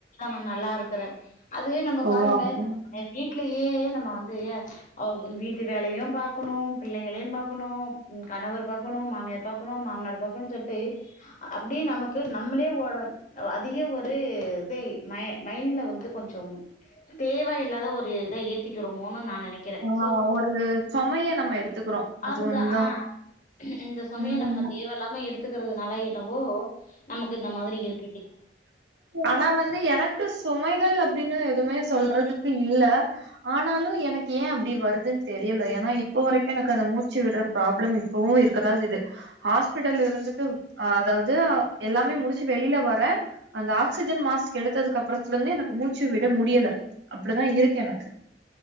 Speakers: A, on the left; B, on the right.
A: நான் நல்லா இருக்குறேன் அது நம்ம
B: ஓ
A: பாருங்களேன்
B: அப்ப
A: வீட்ல வீட்லயே நம்ம வந்து வீட்டு வேலையும் பார்க்கணும் பிள்ளைங்களையும் பார்க்கணும் கணவர் பார்க்கணும் மாமியார் பார்க்கணும் மாமனார் பார்க்கணும்னு சொல்லிட்டு அப்டியே நமக்கு நம்மளே அதிக ஒரு இத மைண்ட்ல வந்து கொஞ்சம் தேவ இல்லாத ஒரு இதை ஏத்திக்கிறோமோனு நான் நினைக்கிறேன்
B: ஆ
A: சோ
B: ஒரு சுமைய நம்ம எடுத்துக்கிறோம்
A: அதுதான்ஹ
B: அது ஒண்ணுதான்
A: இந்த சமயம்
B: ம்
A: நம்ம தேவ இலாம எடுத்துக்கிறதுனால என்னவோ நமக்கு இந்த மாதிரி இருக்கு
B: ஆனா வந்து எனக்கு சுமைகள் அப்டின்னு எதுவுமே சொல்றதுக்கு இல்ல ஆனாலும் எனக்கு ஏன் அப்டி வருதுன்னு தெரியல ஏன்னா இப்போ வரக்கும் எனக்கு அந்த மூச்சு விடுற ப்ராப்ளம் இப்பவும் இருக்கதான் இது ஹாஸ்பிடல் இருந்துட்டு அதாவது எல்லாமே முடிச்சி வெளியில வர அந்த ஆக்சிஜன் மாஸ்க் எடுத்ததுக்கு அப்பறத்துல இருந்து எனக்கு மூச்சு விட முடியல அப்டிதான் இருக்கு எனக்கு